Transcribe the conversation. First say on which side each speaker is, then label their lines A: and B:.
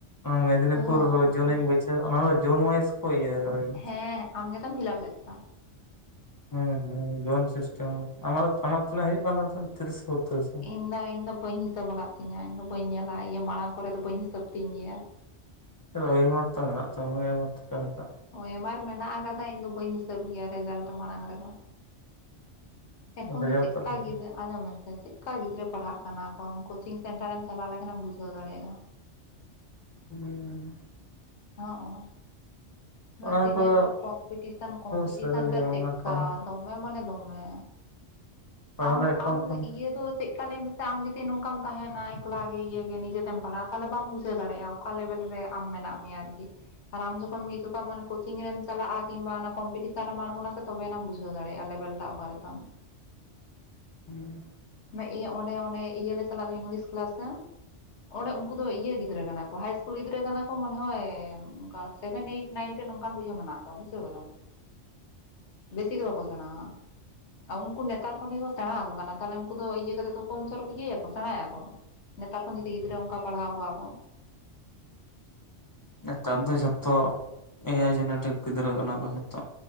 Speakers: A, on the left; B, on the left.
A: ᱢᱮᱫᱤᱱᱤᱯᱩᱨ‌
B: ᱦᱚᱸ
A: ᱨᱳᱡᱚᱱᱤ <unintelligible> ᱚᱱᱟᱫᱚ ᱡᱳᱱ ᱳᱣᱟᱤᱥ ᱠᱚ ᱤᱭᱟ. ᱟᱠᱟᱫᱟ ᱡᱟᱹᱱᱤᱡ
B: ᱦᱮᱸ ᱟᱢ ᱜᱮᱛᱚᱢ ᱯᱷᱤᱞᱟᱯ ᱞᱮᱫᱼᱟ᱾
A: ᱦᱮᱸ ᱦᱮᱸ ᱡᱳᱱ ᱥᱤᱥᱴᱮᱢ ᱟᱢᱟᱜ ᱫᱚ ᱟᱢᱟᱜ ᱛᱤᱱᱟᱹᱜ ᱦᱩᱭᱩᱜ ᱠᱟᱱ ᱛᱟᱢ ᱛᱟᱦᱮᱸᱱ ᱛᱤᱨᱤᱥ ᱥᱮ ᱵᱚᱛᱛᱤᱨᱤ?
B: ᱤᱧ ᱫᱚ ᱤᱧ ᱫᱚ ᱵᱟᱹᱧ ᱦᱤᱥᱟᱹᱵ ᱟᱠᱟᱫ ᱛᱤᱧᱟᱹ ᱤᱧ ᱫᱚ ᱵᱟᱹᱧ ᱧᱮᱞᱟ ᱤᱭᱟᱹ ᱢᱟᱲᱟᱝ ᱠᱚᱨᱮ ᱫᱚ ᱵᱟᱹᱧ ᱦᱤᱥᱟᱹᱵ ᱛᱤᱧ ᱜᱮᱭᱟ?
A: ᱳᱭᱮᱢᱟᱨ ᱛᱚ ᱢᱮᱱᱟᱜ ᱛᱟᱢ ᱜᱮᱭᱟ ᱚᱱᱟ ᱛᱚᱠᱚ ᱮᱢ ᱟᱠᱟᱫ ᱢᱮᱭᱟ?
B: ᱳᱭᱮᱢᱟᱨ ᱢᱮᱱᱟᱜ ᱟᱠᱟᱫᱟ ᱤᱧ ᱫᱚ ᱵᱟᱹᱧ ᱦᱤᱥᱟᱹᱵ ᱜᱮᱭᱟ ᱨᱮᱡᱟᱞᱴ ᱢᱟᱲᱟᱝ ᱨᱮᱫᱚ? ᱮᱠᱷᱚᱱ
A: ᱨᱮᱡᱟᱞᱴ
B: ᱫᱚ ᱪᱮᱜᱠᱟ
A: ᱛᱮᱫ ᱠᱟᱛᱮ
B: ᱠᱮᱫᱟ ᱟᱡᱚᱸᱢ ᱢᱮᱥᱮ ᱪᱮᱫ ᱚᱠᱟ ᱜᱤᱫᱽᱨᱟᱹ ᱯᱟᱲᱦᱟᱜ ᱠᱟᱱᱟ ᱠᱚ ᱠᱚᱪᱤᱝ ᱥᱮᱱᱴᱟᱨᱮᱢ ᱪᱟᱞᱟᱣ ᱞᱮᱠᱷᱟᱱᱮᱢ ᱵᱩᱡᱷᱟᱹᱣ ᱫᱟᱲᱮᱭᱟᱜ-ᱟ᱾
A: ᱤᱢᱟᱹᱧ ᱢᱮᱱ ᱦᱟᱸᱜ᱾
B: ᱦᱚᱜ-ᱚ ᱛᱤᱱᱟᱹᱜ
A: ᱚᱱᱟ
B: ᱛᱤᱱᱟᱹᱜ
A: ᱠᱚᱫᱚ
B: ᱡᱮ ᱠᱚᱢᱯᱤᱴᱤᱥᱟᱱ ᱠᱚᱢᱯᱤᱴᱤᱥᱟᱱ
A: ᱥᱟᱹᱨᱤ ᱜᱮ
B: ᱴᱟᱜ ᱪᱮᱫᱠᱟ
A: ᱚᱱᱟ ᱠᱚ
B: ᱫᱚᱢ ᱱᱮ ᱢᱟᱱᱮ ᱫᱚᱢᱮ
A: ᱯᱟᱲᱦᱟᱣ
B: ᱟᱢ
A: ᱫᱚ ᱮᱠᱷᱚᱱ
B: ᱟᱢ
A: ᱠᱷᱚᱱ
B: ᱤᱭᱟᱹ ᱫᱚ ᱪᱮᱫ ᱛᱟᱦᱚᱞᱮ ᱢᱮᱥᱟ ᱟᱢ ᱡᱩᱫᱤ ᱱᱚᱝᱠᱟᱢ ᱛᱟᱦᱮᱱᱟ ᱮᱠᱞᱟᱜᱮ ᱤᱭᱟᱹᱜᱮ ᱱᱤᱡᱮᱛᱮᱢ ᱯᱟᱲᱦᱟᱜᱼᱟ ᱛᱟᱦᱚᱞᱮ ᱵᱟᱢ ᱵᱩᱡᱷᱟᱹᱣ ᱫᱟᱲᱮᱭᱟᱜᱼᱟ ᱾ ᱚᱠᱟ ᱞᱮᱵᱮᱞ ᱨᱮ ᱟᱢ ᱢᱮᱱᱟᱜ ᱢᱮᱭᱟ ᱟᱨᱠᱤ? ᱟᱨ ᱟᱢ ᱡᱚᱠᱷᱚᱱ ᱢᱤᱫ ᱡᱚᱠᱷᱟᱡ ᱢᱟᱱᱮ ᱠᱚᱪᱤᱝ ᱨᱮᱢ ᱪᱟᱞᱟᱜ-ᱟ ᱠᱤᱢᱵᱟ ᱚᱱᱟ ᱠᱚᱢᱯᱤᱴᱤᱥᱟᱱ ᱨᱮᱢ ᱟᱬᱜᱚᱱᱟ ᱥᱮ ᱛᱚᱵᱮᱣᱟᱱᱤᱡ ᱮᱢ ᱵᱩᱡᱷᱟᱹᱣ ᱫᱟᱲᱮᱭᱟᱜ-ᱟ ᱞᱮᱵᱮᱞ᱾ ᱴᱟᱜ ᱚᱠᱟ ᱨᱮ ᱛᱟᱢ?
A: ᱦᱩᱸ᱾
B: ᱢᱟᱱᱮ ᱤᱭᱟᱹ ᱚᱸᱰᱮ ᱚᱸᱰᱮ ᱤᱭᱟᱹ ᱞᱮ ᱪᱟᱞᱟᱜ ᱫᱚ ᱤᱝᱞᱤᱥ ᱠᱮᱞᱟᱥ ᱥᱮ ᱚᱸᱰᱮ ᱩᱱᱠᱩ ᱫᱚ ᱤᱭᱟᱹ ᱜᱤᱫᱽᱨᱟᱹ ᱠᱟᱱᱟ ᱠᱚ ᱦᱟᱭ ᱤᱥᱠᱩᱞ ᱜᱤᱫᱽᱨᱟᱹ ᱠᱟᱱᱟ ᱠᱚ ᱢᱚᱱᱮ ᱦᱚᱭ ᱚᱱᱠᱟ ᱥᱮᱵᱷᱮᱱ, ᱮᱭᱤᱴ, ᱱᱟᱭᱤᱱ, ᱴᱮᱱ ᱚᱱᱠᱟᱱ ᱠᱚᱜᱮ ᱢᱮᱱᱟᱜ ᱠᱚᱣᱟ ᱵᱩᱷᱟᱹᱣ ᱠᱮᱫᱟᱢ ᱾ ᱵᱮᱥᱤ ᱫᱚ ᱵᱟᱠᱚ ᱥᱮᱬᱟᱣ-ᱟ᱾ ᱟᱸ ᱩᱱᱠᱩ ᱱᱮᱛᱟᱨ ᱠᱷᱚᱱ ᱜᱮᱠᱚ ᱥᱮᱸᱬᱟᱣ ᱟᱠᱚ ᱠᱟᱱᱟ ᱛᱟᱦᱚᱞᱮ ᱩᱱᱠᱩ ᱫᱚ ᱤᱭᱟᱹ ᱠᱟᱛᱮ ᱫᱚ ᱠᱚᱢ ᱪᱚᱨᱚᱠ ᱤᱭᱟᱹᱭᱟᱠᱚ ᱥᱮᱬᱟᱭᱟᱠᱚ ᱱᱮᱛᱟᱨ ᱠᱷᱚᱱ ᱡᱩᱫᱤ ᱜᱤᱫᱽᱨᱟᱹ ᱚᱱᱠᱟ ᱯᱟᱲᱦᱟᱣ ᱠᱚᱣᱟ ᱠᱚ ᱾
A: ᱱᱮᱛᱟᱨ ᱫᱚ ᱡᱷᱚᱛᱚ, ᱮ-ᱟᱭ ᱡᱮᱱᱮᱴᱤᱠ ᱜᱤᱫᱽᱨᱟᱹ ᱠᱟᱱᱟ ᱠᱚ ᱡᱚᱛᱚ᱾